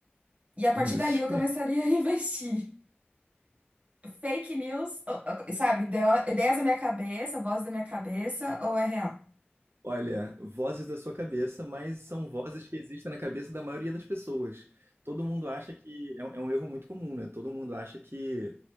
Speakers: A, on the right; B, on the right.
A: e a partir
B: Mills.
A: dali eu começaria a <laughs> investir. Fake news, ou- ou- sabe, ideo- ideias da minha cabeça, voz da minha cabeça, ou é real?
B: Olha, vozes da sua cabeça, mas são vozes que existem na cabeça da maioria das pessoas. Todo mundo acha que é um, é um erro muito comum, né? Todo mundo acha que